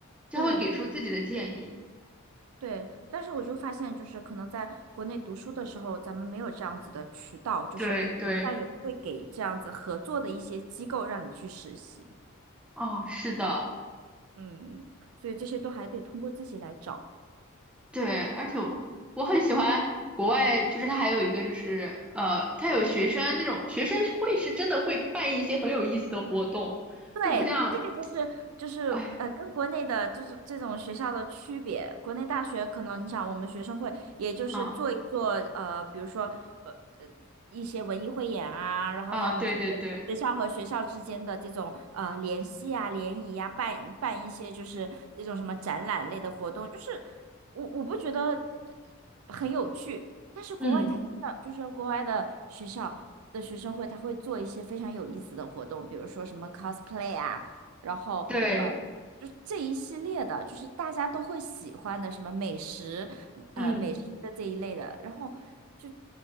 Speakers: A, in the centre; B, on the right.
A: 她会给出自己的建议。
B: 对对，但是我就发现，就是可能在国内读书的时候，咱们没有这样子的渠道，就是学也不会给这样子合作的一些机构让你去实习，
A: 对对。哦，是的，
B: 嗯，所以这些都还得通过自己来找。
A: 对，而且我我很喜欢国外，就是它还有一个就是呃，它有学生那种学生会是真的会办一些很有意思的活动，
B: 对，
A: 就不像，
B: 这个就是就是呃，
A: 哎
B: 跟国内的就是这种学校的区别。国内大学可能你想，我们学生会也就是做一做呃，
A: 啊
B: 比如说呃呃一些文艺汇演啊，然后要么就是学校和学校之间的这种呃联系啊、
A: 啊，对对对，
B: 联谊啊，办办一些就是那种什么展览类的活动，就是。我我不觉得很有趣，但是国外他真的就是国外的学校的学生会，
A: 嗯，
B: 他会做一些非常有意思的活动，比如说什么 cosplay 啊，然后呃，
A: 对，
B: 就是这一系列的，就是大家都会喜欢的什么美食，
A: 嗯，
B: 呃，美食的这一类的，然后就就